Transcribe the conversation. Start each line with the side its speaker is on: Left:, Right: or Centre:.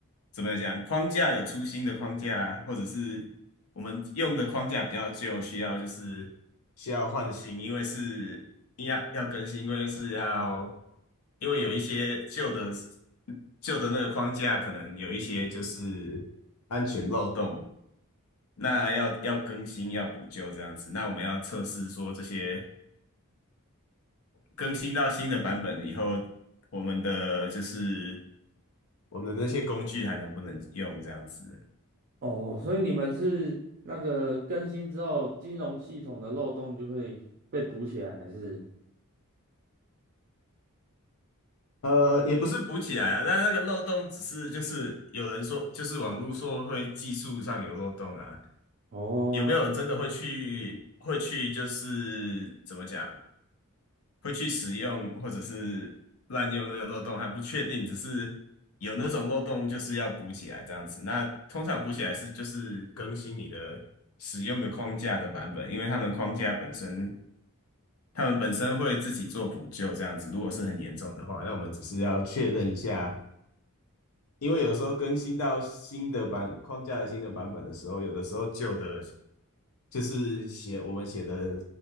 Left: 怎么讲，框架有出新的框架，或者是我们用的框架比较旧，需要就是需要换新，因为是要要更新，因为是要因为有一些旧的旧的那个框架可能有一些就是安全漏洞，那要要更新要补救这样子，那我们要测试说这些。更新到新的版本以后，我们的就是我们的那些工具还能不能用这样子？
Right: 哦，所以你们是那个更新之后，金融系统的漏洞就会被补起来，还是？
Left: 呃，也不是补起来啊，但那个漏洞只是就是有人说，就是网络说会技术上有漏洞啊，
Right: 哦，
Left: 有没有人真的会去会去就是怎么讲，会去使用或者是滥用那个漏洞还不确定，只是有那种漏洞就是要补起来这样子。那通常补起来是就是更新你的使用的框架的版本，因为他们框架本身。他们本身会自己做补救，这样子。如果是很严重的话，那我们只是要确认一下，因为有时候更新到新的版框架的新的版本的时候，有的时候旧的，就是写我们写的